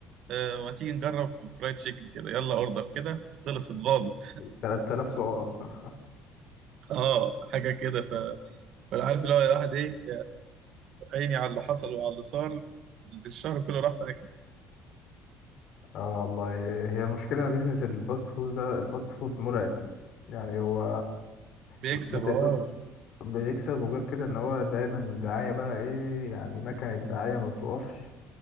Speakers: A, on the right; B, on the left.
A: آه ما تيجي نجرب فرايد تشيكن كده يلا اوردر كده خلصت باظت
B: 3000 سعرة <laughs>
A: <laughs> اه حاجه كده ف... فانا عارف اللي هو الواحد ايه آه، عيني على اللي حصل وعلى اللي صار الشهر كله راح في اكل
B: اه والله هي مشكلة بيزنس الفاست فود ده الفاست فود مرعب يعني هو
A: بيكسب
B: ما تقدرش
A: اه
B: بيكسب وغير كده ان هو دايما دعاية بقى ايه يعني مكنة دعاية ما بتقفش